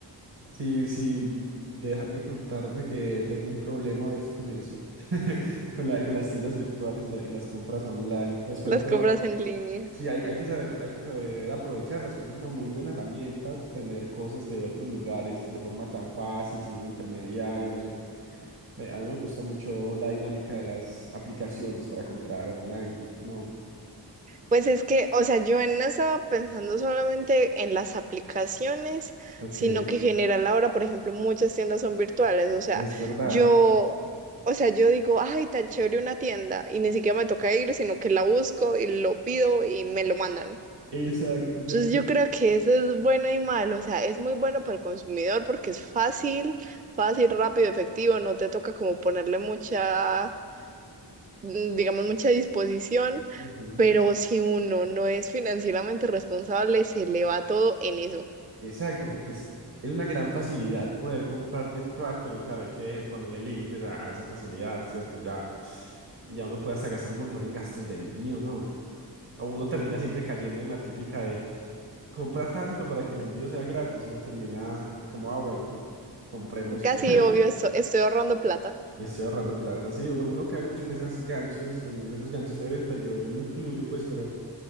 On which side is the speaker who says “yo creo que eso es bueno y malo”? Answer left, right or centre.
Right